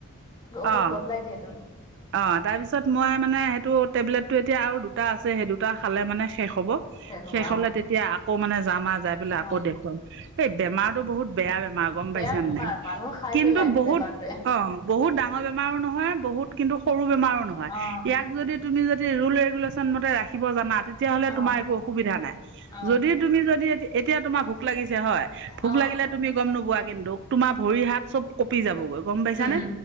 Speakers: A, on the right; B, on the left.
A: অ',
B: ষধ বদলাই দিয়ে তোন
A: অ তাৰপিছত মই মানে সেইটো টেবলেটটো এতিয়া আৰু দুটা আছে সেই দুটা খালে মানে শেষ হ'ব
B: হ'ব
A: শেষ
B: অ
A: হলে তেতিয়া আকৌ মানে যাম আ যাই পেলাই
B: অ
A: আকৌ দেখুৱাম এই বেমাৰটো বহুত বেয়া বেমাৰ গম
B: বেয়া
A: পাইছা
B: বেমাৰ
A: নে নাই
B: মানুহ খাই
A: কিন্তু
B: পেলাই
A: বহুত
B: বেমাৰটোৱে
A: অ বহুত ডাঙৰ বেম বেমাৰো নহয় বহুত কিন্তু সৰু বেমাৰো নহয়
B: অ
A: ইয়াক যদি তুমি যদি ৰুল ৰেগুলেশ্যন মতে ৰাখিব জানাত তেতিয়াহলে
B: অ
A: তোমাৰ একো অসুবিধা নাই
B: অ
A: যদি তুমি যদি এতিয়া তোমাৰ ভোক লাগিছে হয় ভোক
B: অ
A: লাগ কেলে তুমি গম নোপোৱা কিন্তু তোমাৰ ভৰি হাত চব কঁপি যাবগৈ গম পাইছা
B: উম
A: নে